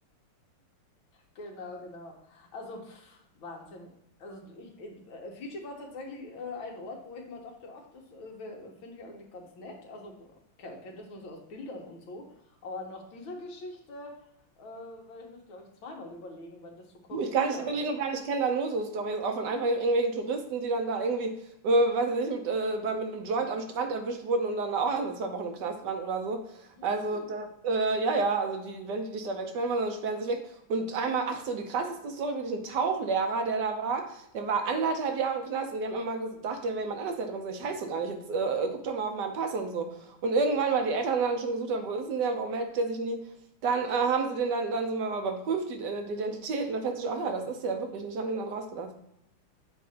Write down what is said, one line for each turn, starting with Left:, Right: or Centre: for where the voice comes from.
Left: Genau, genau. Also pff, Wahnsinn. Also ich, ich- äh, Fidschi war tatsächlich äh, ein Ort, wo ich mir dachte, ach, das äh, finde ich eigentlich ganz nett. Also ke- kennt das nur so aus Bildern und so. Aber nach dieser Geschichte äh, werde ich mir das, glaube ich, zweimal überlegen, weil das so korrupt
Right: Du, Ich kann
Left: scheint.
Right: nicht wirklich nur
Left: <gasps>
Right: gar nicht kennen da nur so Stories auch von einfach irgendwelchen Touristen, die dann da irgendwie, äh, weiß ich nicht, mit, äh, bei, mit einem Joint am Strand erwischt wurden und dann auch erstmal zwei Wochen im Knast waren oder so.
Left: Hm.
Right: Also da, äh, ja, ja, also die, wenn die dich da wegsperren wollen, dann sperren sie sich weg. Und einmal, ach so, die krasseste Story, wirklich ein Tauchlehrer, der da war, der war anderthalb Jahre im Knast und die haben immer gedacht, der wäre jemand anders, der hat immer gesagt, ich heiße so gar nicht, jetzt äh, guck doch mal auf meinen Pass und so. Und irgendwann, weil die Eltern dann schon gesucht haben, wo ist denn der und warum meldet der sich nie? Dann äh, haben sie den dann, dann so mal überprüft, die, äh, die Identität, und dann festgestellt, ach ja, das ist ja wirklich nicht. Haben den dann rausgelassen.